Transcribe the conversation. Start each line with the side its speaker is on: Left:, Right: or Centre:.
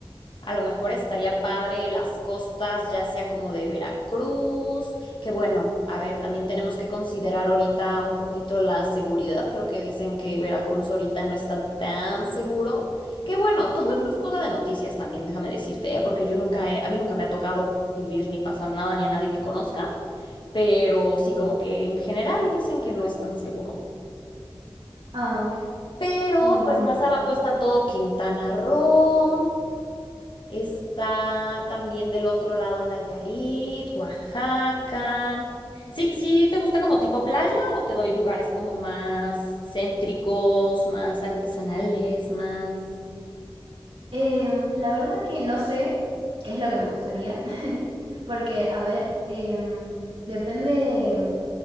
Left: A lo mejor estaría padre las costas, ya sea como de Veracruz, que bueno, a ver, también tenemos que considerar ahorita un poquito la seguridad. Creo que dicen que Veracruz ahorita no está tan seguro. Que bueno, todo
Right: Ujú.
Left: eso es cosa de noticias también, déjame decirte, ¿eh? porque yo nunca he- a mí nunca me ha tocado vivir ni pasar nada ni a nadie que conozca, pero sí, como que en general dicen que no es tan seguro.
Right: Ah, ok.
Left: Pero
Right: Em,
Left: pues más abajo está todo Quintana Roo. Está también del otro lado Nayarit, Oaxaca. Sí, sí, ¿te gusta como tipo playa o te doy lugares como más céntricos, más artesanales, más
Right: Em, la verdad que no sé qué es lo que me gustaría, <laughs> porque, a ver, em, depende em,